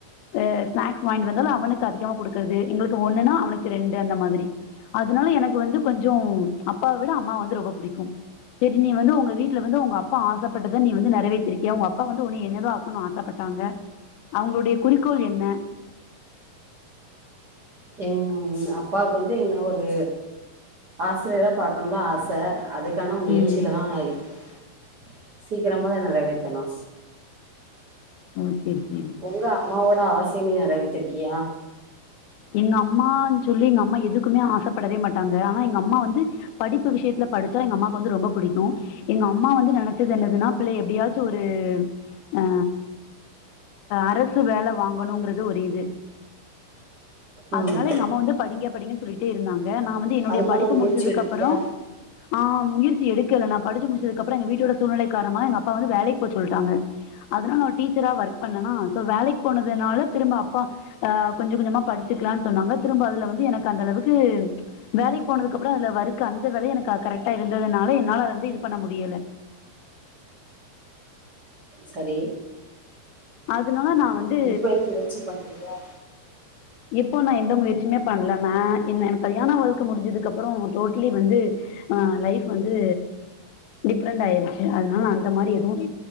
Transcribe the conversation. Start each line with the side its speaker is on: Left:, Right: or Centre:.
Left: ஆ ஸ்நாக்ஸ் வாய்ன்டு வந்தாலு அவனுக்கு அதிகமா குடுக்குறது எங்களுக்கு ஒன்னுனா அவனுக்கு ரெண்டு அந்த மாதிரி அதுனால‌ எனக்கு வந்து கொஞ்சொ அப்பா விட அம்மாவ வந்து ரொம்ப புடிக்கும் சேரி நீ வந்து ஒங்க வீட்ல வந்து ஒங்க அப் ப்பபா ஆசப்பட்டத நீ வந்து நெறைவேத்திருக்கியா உங்க அப்பா வந்து உன்னய என்னதா ஆக்கணுனு ஆசப்பட்டாங்க அவங்களுடைய குறிக்கோள் என்ன
Right: எங்க அப்பாவுக்கு வந்து என்ன ஒரு ஆசிரியரா பாக்கணுன்தா ஆச அதுக்கான முயற்சியில
Left: ம்
Right: தா <inaudible> சீக்கிரமா அத நெறவேத்தணு
Left: ம் சரி சரி
Right: உங்க அம்மாவோட ஆச நீ நெறவேத்திருக்கியா
Left: எங்க அம்மாஞ் சொல்லி எங்க அம்மா எதுக்குமே ஆசப்படவே மாட்டாங்க ஆனா எங்க அம்மா வந்து படிப்பு விஷயத்துல படிச்சா எங்க அம்மாக்கு வந்து ரொம்ப பிடிக்கு எங்க அம்மா வந்து நெனைச்சது என்னதுன்னா பிள்ள எப்படியாச்சு ஒரு அ அரசு வேல வாங்கணுங்கிறது ஒரு இது
Right: ம்
Left: அதனால எங்க அம்மா வந்து படிங்க படிங்கன்னு சொல்லிட்டே இருந்தாங்க க நா வந்து என்னுடைய
Right: அதுக்கான
Left: படிப்பு
Right: முயற்சி
Left: முடிச்சதுக்கு
Right: எடுக்கியா
Left: அப்புறம் ஆஹ் முயற் சி எடுக்கல படி முடிச்சதுக்கப்பறோ எங்க வீட்டோட சூழ்நிலை காரணமா எங்கப்பா வந்து வேலைக்கு போ சொல்டாங்க அதனால ஒரு டீச்சரா வொர்க் பண்ணனா சோ வேலைக்கு போனதுனால திரும்ப அப்பா கொஞ்ச கொஞ்சமா படிச் க்கலானு சொன்னாங்க திரும்ப அதுல வந்து எனக்கு அந்த அளவுக்கு வேலைக்கு போனதுக்கு அப்புறம் அதுல வறுக்கு அந்த வேல எனக்கு கரெக்ட்டா இருந்ததுனால என்னால அது வந்து இது பண்ண முடியல
Right: சரி
Left: அதுல ஆனா நா வந்து
Right: இப்ப என்ன முயற்சி பண்றியா
Left: இப்போ நா எந்த முயற்சியுமே பண்ணல மே என்ன கல்யாண வாழ்க்க முடிஞ்சதுக்கு அப்பறம் டோட்ட்லி வந்து ஆ லைஃப் வந்து டிஃப்ரெண்ட் ஆயிருச்சு அதனால அந்த மாரி எதுவும்